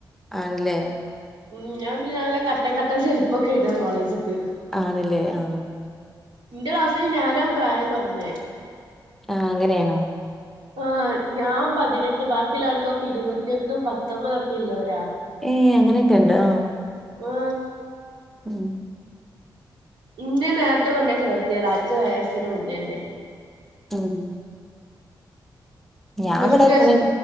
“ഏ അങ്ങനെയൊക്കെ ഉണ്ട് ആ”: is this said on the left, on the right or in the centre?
Centre